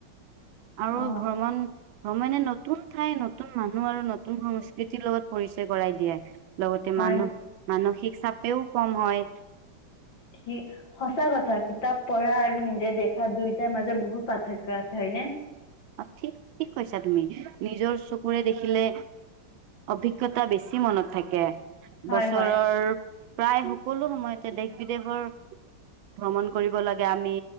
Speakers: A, on the right; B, on the left.
A: আৰু
B: অ',
A: ভ্ৰমণ ভ্ৰমণে নতুন ঠাই নতুন নতুন মানুহ আৰু নতুন সংস্কৃতিৰ লগত পৰিচয় কৰাই দিয়ে লগতে
B: হয়
A: মানুহ মানুহ ঠিক চাপেও কম হয়
B: কি সঁচা কথা কিতাপ পঢ়া আৰু নিজে দেখা দুয়োটাৰ মাজত বহুত পাৰ্থক্য আছে হয়নে
A: অ ঠিক ঠিক কৈছা তুমি নিজৰ চকুৰে দেখিলে অভিজ্ঞতা বেছি মনত থাকে
B: হয়,
A: বছৰৰ
B: হয়,
A: প্ৰায় সকলো সময়তে দেশ বিদেশৰ ভ্ৰমণ কৰিব লাগে আমি